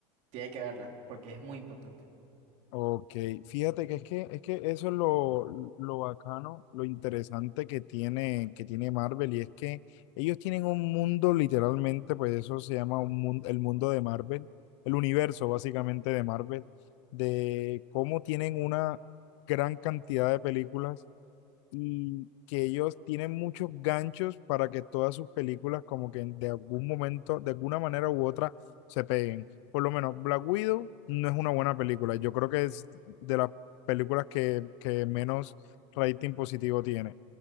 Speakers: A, on the right; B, on the left.
A: tiene que verla, porque es muy importante.
B: Ok, fíjate que es que, es que eso es lo, lo bacano, lo interesante que tiene, que tiene Marvel, y es que ellos tienen un mundo literalmente, pues eso se llama un mundo, el mundo de Marvel, el universo básicamente de Marvel, de cómo tienen una gran cantidad de películas y que ellos tienen muchos ganchos para que todas sus películas como que de algún momento, de alguna manera u otra, se peguen. Por lo menos Black Widow no es una buena película. Yo creo que es de las películas que, que menos rating positivo tiene.